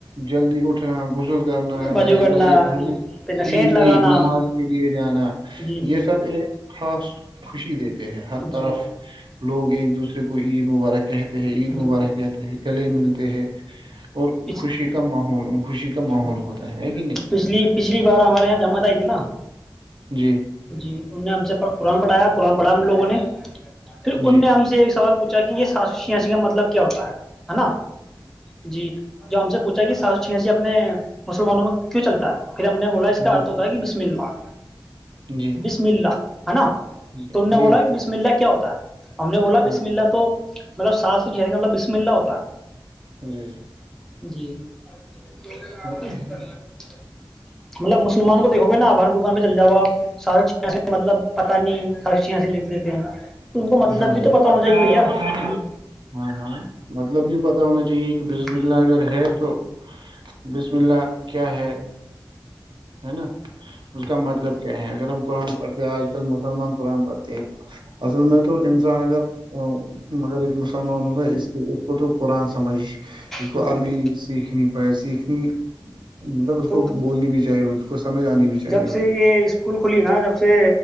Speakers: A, on the right; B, in the centre.
A: جلدی اٹھنا غسل کرنا
B: وضو
A: نئے
B: کرنا
A: کپڑے پہننے
B: پھر نشین
A: عید
B: لگانا
A: کی نماز کے لیے جانا
B: جی جی
A: یہ سب ایک خاص <unintelligible> ہے ہر طرف
B: جی
A: لوگ ایک دوسرے کو عید مبارہ کہتے ہیں عید
B: جی
A: مبارک کہتے ہیں گلے ملتے ہیں اور
B: پچ-
A: خوشی کا ماحول خوشی کا ماحول
B: جی
A: ہوتا ہے ہے کہ نہیں
B: پچھلی پچھلی بار ہمارے یہاں جمعت آئی تھی نا
A: جی
B: جی ان نے ہم سے پ قرآن پڑھایا قرآن پڑھا ہم لوگوں نے پھر ان
A: جی
B: نے ہم سے ایک سوال پوچھا تاکہ یہ سازشیں ایسی کا مطلب کیا ہوتا ہے ہے نا جی جو ہم سے پوچھا کہ سا چھ سے اپنے مسلمانوں میں کیوں چلتا ہے پھر ہم نےولا اس
A: جی
B: کا اتھتا کہ بسم اللہ
A: جی
B: بسم اللہ ہے نا
A: جی
B: تو ان نے
A: جی
B: بولا کہ بسم اللہ کیا کیا ہوتا ہے ہم نے بولا
A: ہاں
B: بسم اللہ تو مطلب ساس چ مطلب بسم اللہ ہوتا ہے
A: جی
B: جی <unintelligible>
A: وہ تو ہے
B: مطلب مسلمان کو دیکو گے ن ابر د پہ چل جاؤ آپ سارا مطلب پانی ایااں سے لکھ دیتے ہیں تو ان کو مطلب
A: <unintelligible>
B: بھی تو پتہ ہونا چاہیے بھیا
A: مطلب بھی پتا ہونا چاہیے کہ بزم
B: جی
A: اللہ اگر ہے تو <unintelligible> رملہ کیا ہے ہے نا اس کا مطلب کیا ہے اگر ہم قرآن پڑھتے آج کل مسلمان قرآن پڑھتے ہیں مصلم میں تو تو انگر مگر مسلمانوںتا اس کے اس کو تو قرآن سمجھ اسس
B: جی
A: کو عربی سیکھنی پائے سیکھنی مطلب اس
B: تو
A: کو بولنی بھی چاہیے کو سمجھ آنی بھی چاہیے
B: جب
A: ہوتی
B: سے یہ اسکول کھلی نا جب سے